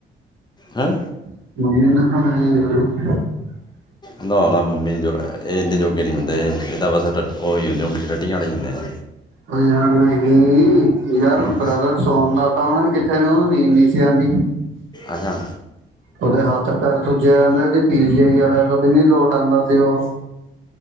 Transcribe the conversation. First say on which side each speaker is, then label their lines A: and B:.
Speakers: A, on the left; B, on the right.
A: ਹੈਂ
B: ਮੰਮੀ ਨਾਲ ਖ
A: ਨਾ ਨਾ ਮੰਮੀ ਜੋ ਇਹ ਇੰਨੇ ਜੋਗੇ ਨਹੀਂ ਹੁੰਦੇ ਇਹਦਾ ਬਸ ਉਹੀ ਹੇ ਰਟੀਆਂ ਵਾਲੇ ਹੁੰਦੇ ਆ
B: ਹੋ ਯਾਰ ਨਹੀਂ ਯਾਰ
A: ਹਮ,
B: ਬ੍ਰਦਰ ਸੋਨ ਦਾ ਤਾਂ ਉਹਨਾ ਨੇ ਕਿਥੇ ਉਹਨੂੰ ਨੀਂਦ ਨ ਸੀ ਆਉਂਦੀ
A: ਅੱਛਾ
B: ਓਦੇ ਹੱਥ ਪੈਰ ਸੁੱਜੇ ਰਹਿੰਦੇ ਸੀ ਪੀਜੀ ਆਈ ਵਾਲੇ ਤੋਂ ਵੀ ਨ ਲੋਟ ਆਉਂਦਾ ਸੀ ਉਹ